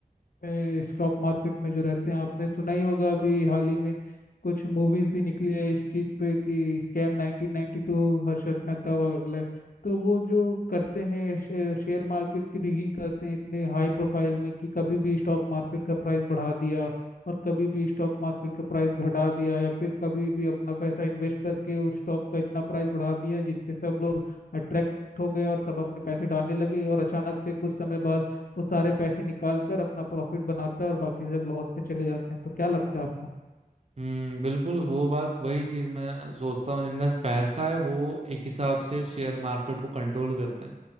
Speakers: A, on the left; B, on the right.
A: में स्टॉक मार्केट में जो रहते हैं आपने सुना ही होगा अभी हाल ही में कुछ मूवीज भी निकली है इस चीज पे कि scam 1992 Harshad Mehta वगैरह तो वो जो करते हैं शे, शेयर मार्केट की रिगिंग करते हैं इतने हाई प्रोफाइल में कि कभी भी स्टॉक मार्केट का प्राइस बढ़ा दिया और कभी भी स्टॉक मार्केट का प्राइस घटा दिया या फिर कभी भी अपना पैसा इन्वेस्ट करके उस स्टॉक का इतना प्राइस बढ़ा दिया जिससे सब लोग अट्रैक्ट हो गए और सब अपने पैसे डालने लगे और अचानक से कुछ समय बाद वो सारे पैसे निकाल कर अपना प्रॉफिट बनाता है और बाकी सब लॉस पे चले जाते हैं तो क्या लगता है आपको
B: हम्म बिल्कुल वो बात वही चीज मैं सोचता हूँ जिनका पैसा है वो एक हिसाब से शेयर मार्केट को कंट्रोल करते हैं